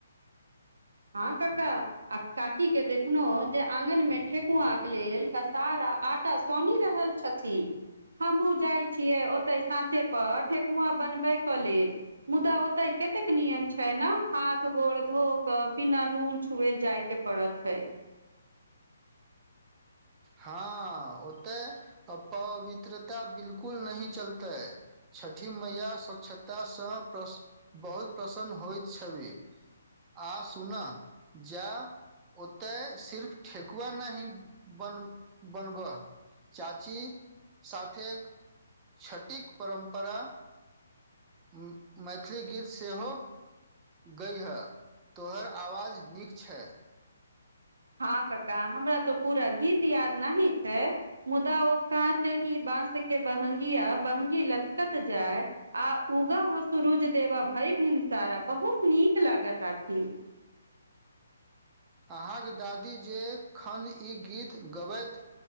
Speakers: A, on the right; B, on the right.
A: हां कका। आ काकी के देखलौं जे आँंगन मे ठेकुवाक लेल कसार आ आंटा सानि रहल छथि हमहुँ जाइ छियै ओतै साँचे पर ठेकुवा बनबै कऽ लेल। मुदा ओतय केतेक नियम छइ नऽ हाथ गोड़ धो कऽ बिना नून छुवे जाय के पड़त छै।
B: हँ ओतय अपवित्रता बिलकुल नहि चलतै। छठि मैया स्वच्छता सँ प्रस- बहुत प्रसन्न होइत छवि। आ सुनऽ जेए- ओतय सिर्फ ठेकुवा नहि बन बनबऽह चाची साथे छटिक परम्परा म्म मैथिली गीत सेहो गइहऽ तोहर आवाज नीक छेऽ।
A: हँ कक्का हमरा त पूरा गीत याद नही छै। मुदा ओ काँच ही बाँस के बहंगीया बहंगी लचकत जाय आ उगऽ हो सुरुज देबा भइ भिनसारा बहुत नीक लागता छी।
B: अहाँक दादी जे -खन ई गीत गबैत